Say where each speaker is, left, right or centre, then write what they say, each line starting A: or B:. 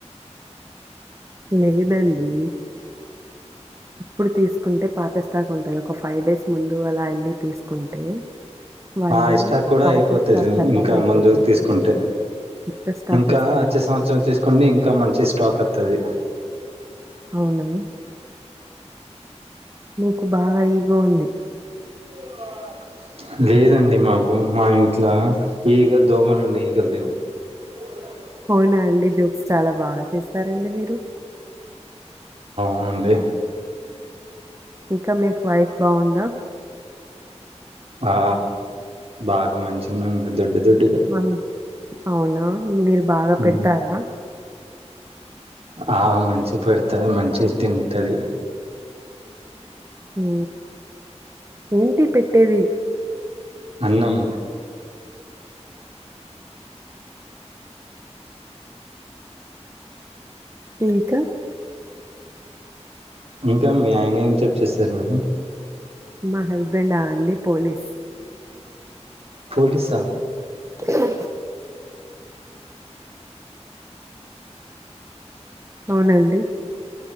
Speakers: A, on the right (about 25°); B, on the right (about 55°).
A: లేదండి ఇప్పుడు తీసుకుంటే పాత స్టాక్ ఉంటది, ఒక ఫైవ్ డేస్ ముందు అలా వెళ్ళి తీసుకుంటే, వాళ్ళు
B: ఆ ఇస్టాక్ కూడా
A: పాత
B: అయిపోతది.
A: స్టాక్ ఖతం
B: ఇంకా
A: అయిపోతది.
B: ముందుకు తీసుకుంటే,
A: కొత్త స్టాక్
B: ఇంకా
A: వస్తది.
B: వచ్చే సంవత్సరం తీసుకుంటే ఇంకా మంచి స్టాక్ వస్తది,
A: అవును నీకు బాగా ఈగో ఉంది
B: <unintelligible> లేదండి మాకు మా ఇంట్లో ఈగ దోమలు ఉన్నా ఈగలు లేవు, <unintelligible>
A: అవునా అండి జోక్స్ చాలా బాగా తిస్తారండి మీరు
B: ఉంది
A: ఇంకా మీకు వైఫ్ బాగుందా,
B: ఆ బాగా మంచిగా ఉంది దొడ్డు దొడ్డు
A: అను అవునా మీరు బాగా
B: ఉమ్.
A: పెడతారా,
B: ఆ మంచి పెడతను మంచిగా తింటది.
A: ఊ ఏంటి పెట్టేది.
B: అన్నం
A: ఇంకా
B: ఇంకా మీ ఆయన ఏం జాబ్ చేస్తారు, మేడం
A: మా హస్బెండా ఆ అండి పోలీస్
B: పోలీస
A: <unintelligible> అవునండి